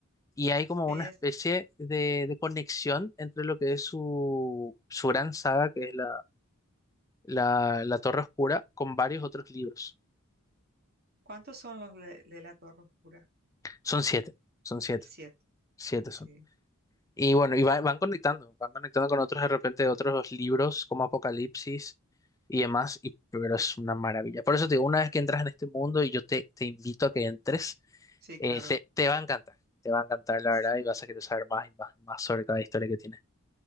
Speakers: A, on the left (about 15°); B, on the right (about 45°).
A: y hay como
B: Es,
A: una especie de, de conexión entre lo que es su, su gran saga, que es la, la, la Torre Oscura, con varios otros libros.
B: ¿cuántos son los de, de La Torre Oscura?
A: Son siete, son siete,
B: Siete.
A: siete son.
B: Sí,
A: Y bueno, y va- van conectando, van conectando con otros de repente de otros libros como Apocalipsis y demás, y, pero es una maravilla. Por eso te digo, una vez que entras en este mundo y yo te, te invito a que entres,
B: sí,
A: eh,
B: claro.
A: te, te va a encantar, te va a encantar la
B: S-
A: verdad y vas a querer saber más y más, más sobre cada historia que tiene.